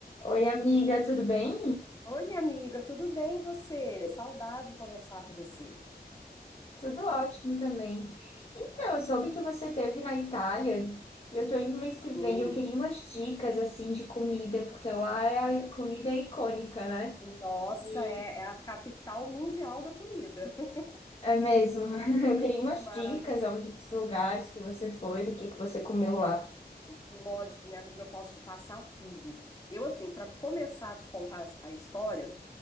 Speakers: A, on the left (about 35°); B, on the left (about 20°).
A: Oi, amiga, tudo bem?
B: Oi, minha amiga, tudo bem e você? Saudade de conversar com você.
A: Tudo ótimo também. Então, eu soube que você esteve na Itália e eu tô indo mês que vem.
B: Sim.
A: Eu queria umas dicas assim de comida, porque lá é a comida é icônica, né?
B: Nossa,
A: E
B: é, é a capital mundial da comida. <laughs>
A: é mesmo. <laughs> Eu queria umas
B: É maravilhoso.
A: dicas onde, dos lugares que você foi, do que que você
B: Lógico,
A: comeu lá.
B: lógico, minha amiga, eu posso te passar tudo. Eu, assim, para começar a te contar a história,